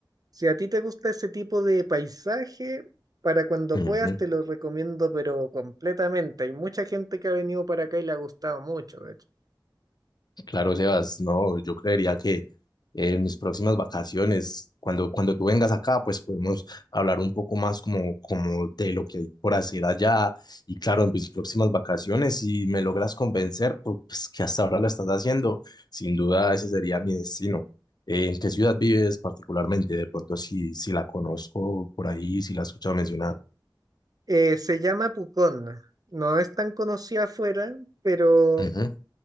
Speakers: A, on the right; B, on the left.
A: si a ti te gusta ese tipo de paisaje, para cuando
B: ujú.
A: puedas te lo recomiendo, pero completamente. Hay mucha gente que ha venido para acá y le ha gustado mucho, de hecho.
B: Claro, Sebas, no, yo creería que en mis próximas vacaciones, cuando, cuando tú vengas acá, pues podemos hablar un poco más como, como de lo que hay por hacer allá. Y claro, en mis próximas vacaciones, si me logras convencer, pu- pues que hasta ahora lo estás haciendo, sin duda ese sería mi destino. Eh, ¿En qué ciudad vives particularmente? De pronto, si, si la conozco por ahí, si la he escuchado mencionar.
A: Eh, se llama Pucón. No es tan conocida afuera, pero
B: Ujú,